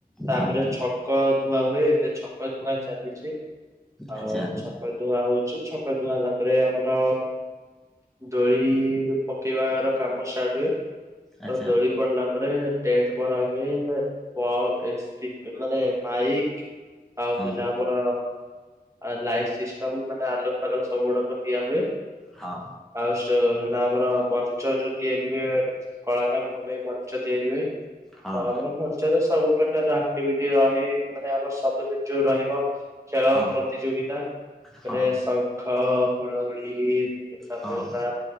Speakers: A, on the right; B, in the centre.
A: ତାପରେ
B: ହଁ
A: ଛକ ଧୁଆ ହୁଏ। ଏବେ ଛକ ଧୁଆ ଚାଲିଛି। ଆଉ
B: ଆଚ୍ଛା
A: ଛ ଛକ ଧୁଆ ହଉଛି ଛକ ଧୁଆ ହେଲା ପରେ ଆମର ଦୋଳି ପକେଇବାର କାମ ଷ୍ଟାର୍ଟ ହୁଏ ତ
B: ଆଚ୍ଛା
A: ଦୋଳି ପଡିଲା ତାପରେ ଟେନ୍ଟ ମରା ହୁଏ। <unintelligible> ମାନେ ବାଇ ଆଉ
B: ହଁ
A: ହେଲେ ଆମର ଆଉ ଲାଇଟ୍ ସିଷ୍ଟମ ମାନେ ଆଲୋକ ଫାଲୋକ ସବୁ ଗୁଡାକ ଦିଆ ହୁଏ।
B: ହଁ
A: ଆଉ ଷ୍ଟେ ହେଲା ଆମର ମଞ୍ଚ ଯୋଉ ତିଆରି ହୁଏ କଳାକାରଙ୍କ ପାଇଁ ମଞ୍ଚ ତିଆରି ହୁଏ।
B: ହଁ
A: ତାପରେ ଅଛି ମଞ୍ଚରେ ସବୁ ପ୍ରକାର ଆକ୍ଟିଭିଟୀ ରହେ ମାନେ ଆମର ସବୁଦିନ ଯୋଉ ରହିବ। ଖେଳ
B: ହଁ
A: ପ୍ରତିଯୋଗିତା
B: ହଁ
A: ମାନେ ଶଙ୍ଖ ହୁଳହୁଳି ତାପରେ
B: ହଁ
A: ହେଲା